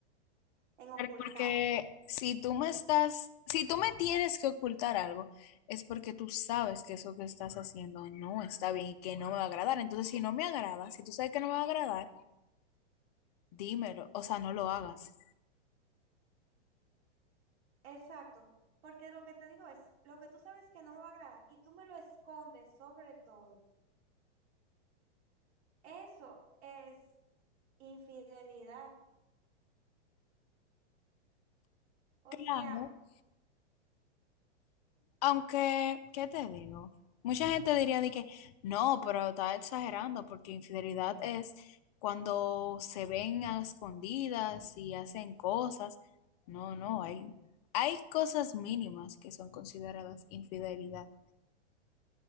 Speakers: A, on the right (about 60°); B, on the left (about 35°).
A: en ocultar.
B: Pero porque si tú me estás, si tú me tienes que ocultar algo, es porque tú sabes que eso que estás haciendo no está bien y que no me va a agradar. Entonces, si no me agrada, si tú sabes que no me va a agradar, dímelo, o sea, no lo hagas.
A: Exacto, porque lo que te digo es, lo que tú sabes que no me va a agradar y tú me lo escondes sobre todo, eso es infidelidad. O
B: Claro,
A: sea...
B: aunque, ¿qué te digo? Mucha gente diría de que no, pero está exagerando porque infidelidad es cuando se ven a escondidas y hacen cosas. No, no, hay, hay cosas mínimas que son consideradas infidelidad.